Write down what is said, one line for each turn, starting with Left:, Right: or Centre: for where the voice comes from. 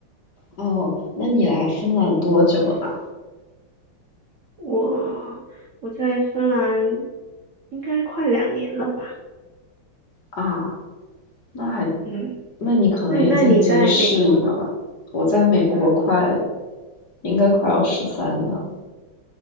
Left: 哦，那你来芬兰多久了啊？
Right: 我我在芬兰应该快两年了吧？
Left: 啊那还，
Right: 嗯，
Left: 那你可能也渐渐适应了吧？
Right: 那那你在美国呢？
Left: 我在美国快，
Right: 啊
Left: 应该快要十三年了。